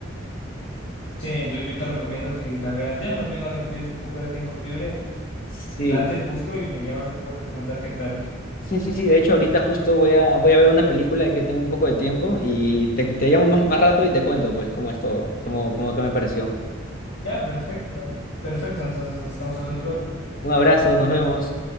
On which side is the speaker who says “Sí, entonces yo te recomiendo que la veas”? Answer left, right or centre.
Left